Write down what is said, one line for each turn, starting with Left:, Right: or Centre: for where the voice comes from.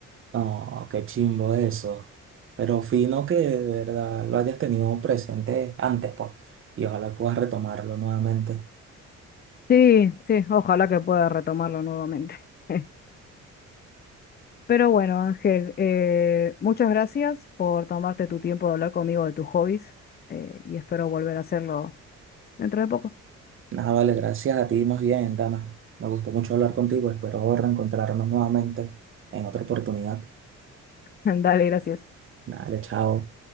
Right: No, qué chimbo eso. Pero fino que de verdad lo hayas tenido presente antes, pues. Y ojalá puedas retomarlo nuevamente.
Left: Sí, sí, ojalá que pueda retomarlo nuevamente. <laughs> Pero bueno, Ángel, eh, muchas gracias por tomarte tu tiempo de hablar conmigo de tus hobbies eh, y espero volver a hacerlo dentro de poco.
Right: Nada, vale, gracias a ti más bien, Dana. Me gustó mucho hablar contigo. Espero reencontrarnos nuevamente en otra oportunidad.
Left: <laughs> Dale, gracias.
Right: Dale, chao.